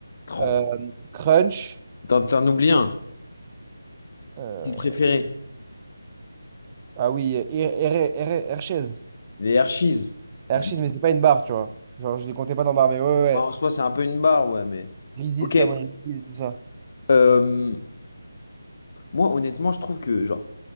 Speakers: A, on the left; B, on the right.
A: Oh,
B: euh, Crunch.
A: T'en t'en oublies un,
B: euh,
A: mon préféré.
B: ah oui, Her- Her- Her- Hershey's.
A: Les Hershey's.
B: Hershey's,
A: Magnifique.
B: mais c'est pas une barre, tu vois. Genre, je les comptais pas dans barre, mais ouais, ouais. ouais.
A: Bah, en soi, c'est un peu une barre, ouais, mais.
B: Reese's,
A: Ok.
B: Cameron Reese's, tout ça.
A: Euh, moi, honnêtement, je trouve que, genre,